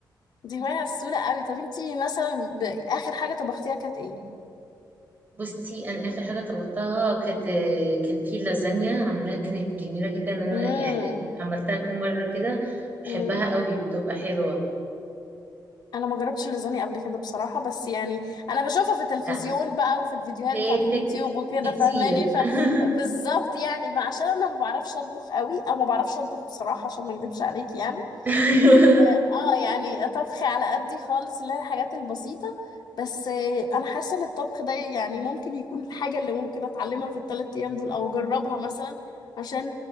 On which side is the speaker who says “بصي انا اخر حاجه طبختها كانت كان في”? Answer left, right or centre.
Right